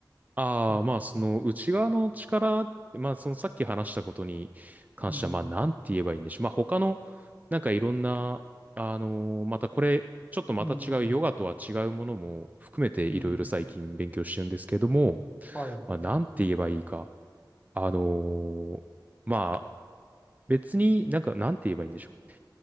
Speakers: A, on the right; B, on the left.
A: ああ、
B: うん、
A: まあ、その内側の力って、
B: う
A: まあ、そのさっき話したことに関しては、
B: ん、
A: まあ、なんて言えばいいんでしょう。まあ、他の、なんかいろんな、あのーまたこれ、ちょっとまた違うヨガとは違うものも含めていろいろ最近勉強してるんですけども、
B: うん、うんはい、
A: まあ、なんて言えばいいか。あのーまあ、別になんか、なんて言えばいいんでしょう。